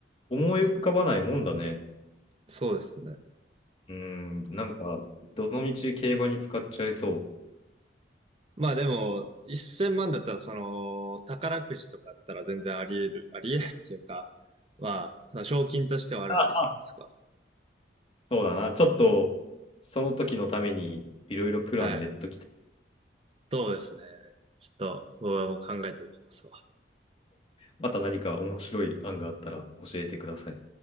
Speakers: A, on the left; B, on the right.
A: 思い浮かばないもんだね。
B: そうですね。
A: うん、なんか、どのみち競馬に使っちゃいそう。
B: まあでも、1000万だったら、その、宝くじとかだったら全然あり得る、あり得るっていうか、まあ、その賞金としてはあるわけじゃないですか。
A: <laughs> あそうだな。ちょっと、その時のために、いろいろプラン練っときて、
B: はい。そうですね。ちょっと、僕はもう考えておきますわ。
A: また何か面白い案があったら教えてください。